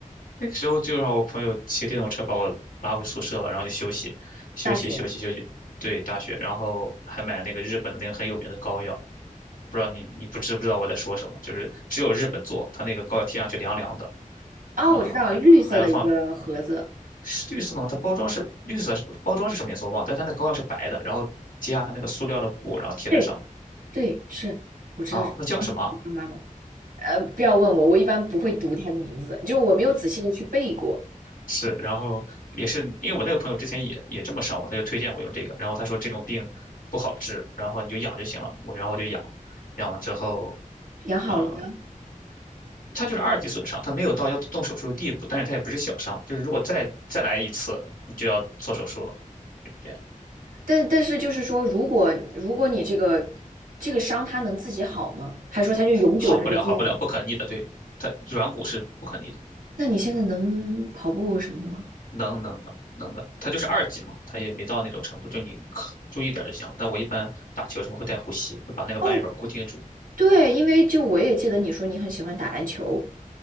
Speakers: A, on the left (about 85°); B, on the right (about 85°).
A: 那个时候就让我朋友骑电动车把我拉回宿舍了，然后就休息，休息，
B: 大学
A: 休息，休息。对，大学，然后还买了那个日本的那个很有名的膏药，不知道你你不知不知道我在说什么？就是只有日本做，它那个膏药贴上去凉凉的，
B: 啊，
A: 呃，
B: 我知道绿色的一个盒子。
A: 还还要放是绿色的吗？它包装是绿色，包装是什么颜色我忘了，但它那膏药是白的，然后揭下它那个塑料的布，然后贴在上面
B: 对，对，是，我知道这
A: 啊，那叫什么啊？
B: 个妈妈嘛呃，不要问我，我一般不会读她的名字，就我没有仔细的去背过。
A: 是，然后也是因为我那个朋友之前也也这么伤我，他就推荐我用这个，然后他说这种病不好治，然后你就养就行了，我然后我就养，养了之后，
B: 养好了吗？
A: 呃，他就是二级损伤，他没有到要动手术的地步，但是他也不是小伤，就是如果再再来一次，你就要做手术了，就是这样，
B: 但但是就是说，如果如果你这个这个伤它能自己好吗？还说它就永久它就这样了？
A: 好不了，好不了，不可逆的，对，他软骨是不可逆的，
B: 那你现在能跑步什么的吗？
A: 能能能能的，他就是二级嘛，他也没到那那种程度，就就你可注意点儿就行了。但我一般打球什么会会带护膝，会把那个半月板固定住。
B: 哦，
A: 可
B: 对，因为就我也记得你说你很喜欢打篮球